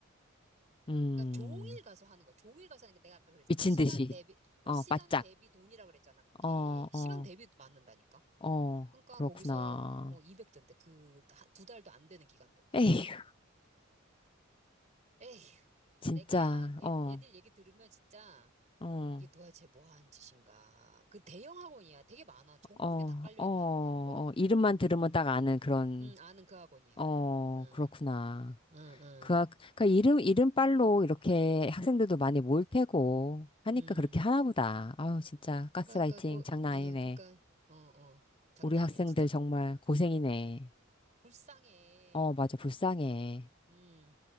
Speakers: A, on the left; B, on the right.
A: 음,
B: 그러니까 종일 가서 하는 거야. 종일 가서 하니까 내가 아까 그랬잖아.
A: 미친
B: 시간
A: 듯이.
B: 대비 어
A: 어,
B: 시간
A: 바짝.
B: 대비 돈이라 그랬잖아. 거기.
A: 어,
B: 시간
A: 어,
B: 대비 받는다니까.
A: 어,
B: 그러니까
A: 그렇구나.
B: 거기서 어 200 든대. 그 두 달도 안 되는 기간 동안.
A: 에휴,
B: 에휴,
A: 진짜,
B: 그러니까 내가 애,
A: 어,
B: 애들 얘기 들으면 진짜
A: 어,
B: 이게 도대체 뭐 하는 짓인가. 그 대형 학원이야. 되게 많아. 전국에
A: 어,
B: 다 깔려
A: 어,
B: 있는
A: 어,
B: 학원이야, 그거.
A: 이름만 들으면 딱 아는 그런,
B: 응, 아는 그 학원이야.
A: 어,
B: 응,
A: 그렇구나.
B: 응, 응,
A: 그, 학- 그러니까 이름, 이름빨로 이렇게 학생들도 많이 모일 테고 하니까
B: 응.
A: 그렇게 하나 보다. 아유, 진짜 가스라이팅
B: 그러니까 그,
A: 장난
B: 아,
A: 아니네.
B: 그러니까 어, 어, 장난
A: 우리 학생들
B: 아니야. 진짜 또
A: 정말 고생이네.
B: 불쌍해.
A: 어, 맞아, 불쌍해.
B: 음.